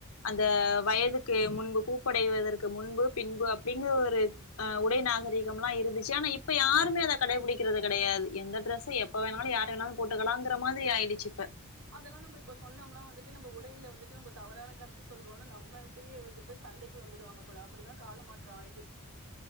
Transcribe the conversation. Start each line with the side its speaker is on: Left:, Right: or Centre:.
Left: அந்த வயதுக்கு முன்பு பூப்படைவதற்கு முன்பு பின்பு அப்டிங்கற ஒரு அ உடைநாகரீகம்லா இருந்துச்சு ஆனா இப்ப யாருமே அத கடைபிடிக்கிறது கெடையாது எந்த ட்ரெஸை எப்ப வேணாலு யாரு வேணாலு போட்டுக்கலாங்கற மாதிரி ஆயிடுச்சு இப்ப
Right: அதெல்லா நம்ப இப்ப சொன்னோம்னா வந்துட்டு நம்போ உடையில வந்துட்டு நம்ப தவறான கருத்த சொல்றோம்ன்னு நம்ள்ட்டயே வந்துட்டு சண்டைக்கு வந்துடுவாங்க போல அப்டிதா காலமாற்றோ ஆயிட்டு